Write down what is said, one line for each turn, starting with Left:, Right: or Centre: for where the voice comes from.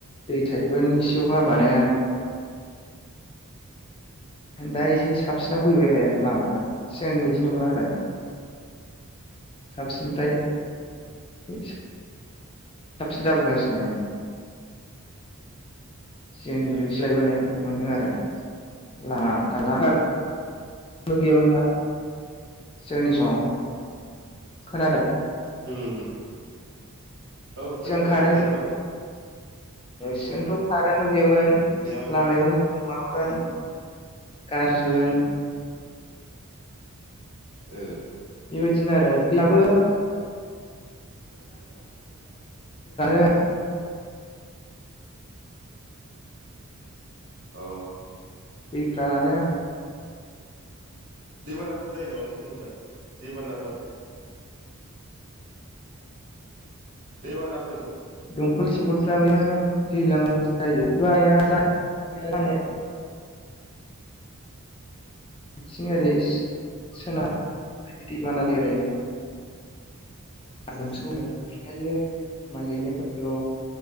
Left: दै थायोमोन एसे अखा हाबानो दा एसे साबसिनाव फैबाय लामाफ्रा सिगांनिबायदि नंला आरो साबसिनफ्राय बि <unintelligible> साबसिन जाबोगासिनो सिगांनिफ्राय सोलायबोनाय मोनदों आरो लाम दालां बो गैयामोन ना सिगांनि समाव खोनादों
Right: उम उम औ खोनादों
Left: सिगां कारेन्ट
Right: गैयामोन
Left: सिगांथ खारेंबो गैयामोन
Right: गैयामोन
Left: लामायायाबो
Right: गैयामोन
Left: मोजां नङामोन गारजिमोन
Right: ओ
Left: बेबायदिनो आरो होमबाबो <unintelligible>
Right: औ
Left: दैफ्रा रानो
Right: दैबानाफोर जायो नामा नोंथां ओजा दैबानाफोर दैेबानास
Left: दंखल थिबखलफ्रानो दैज्लाङाव जायो जानाया <unintelligible> बिथिं ओरै सोनाब दैबाना ओरै लोमसावलांङो माइ गायनायफोरखौ